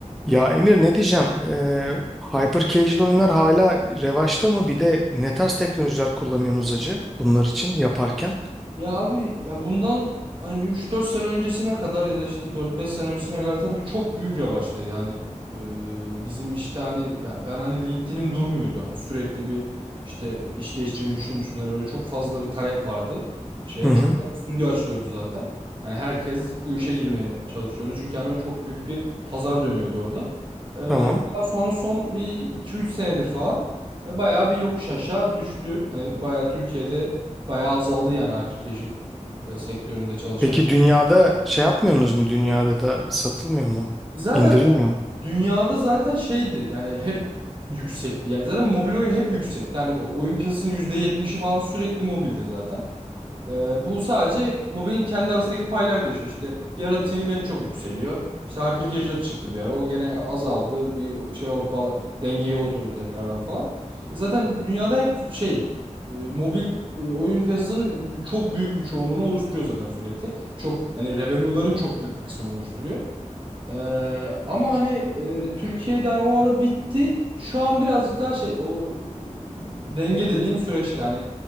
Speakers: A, in the centre; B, on the right.
A: Ya Emir ne diyeceğim? Ee, hyper casual oyunlar hala revaçta mı? Bir de ne tarz teknolojiler kullanıyorsunuz acı bunlar için yaparken?
B: Ya abi ya bundan hani bir üç dört sene öncesine kadar ya da işte dört beş sene öncesine kadar tabii ki çok büyük revaçtaydı. Hani e, bizim işte hani ben, ben hani LinkedIn'im durmuyordu. Hani sürekli bir işte iş değiştirmeyi düşünür müsünüz? Hani böyle çok fazla bir talep vardı şeye.
A: Hı
B: Çok
A: hı,
B: fazla stüdyo açılıyordu zaten. Hani herkes bu işe girmeye çalışıyordu. Çünkü hani çok büyük bir pazar dönüyordu orada. E,
A: tamam.
B: daha sonra son bir iki üç senedir falan e, bayağı bir yokuş aşağı düştü. Hani bayağı Türkiye'de Bayağı azaldı yani hyper e, sektöründe çalışan.
A: Peki dünyada şey yapmıyorsunuz mu? Dünyada da satılmıyor mu?
B: Zaten
A: İndirilmiyor mu?
B: dünyada zaten şeydi yani hep yüksek bir yer. Zaten mobil oyun hep yüksekti. Hani oyun piyasasının yüzde yetmişi falan sürekli mobilde zaten. Ee, bu sadece mobilin kendi arasındaki paylar değişiyor. İşte bir ara Trimet çok yükseliyor. İşte Hypercasual çıktı bir ara. O gene azaldı. Bir şey o bal- dengeye oturdu tekrardan falan. E Zaten dünyada hep şey e, mobil e, oyun piyasasının çok büyük bir çoğunluğunu oluşturuyor zaten sürekli. Çok yani revenue'ların çok büyük bir kısmını oluşturuyor. Ee, ama hani e, Türkiye'de hani o ara bitti. Şu an birazcık daha şey o e, denge dediğim süreçte hani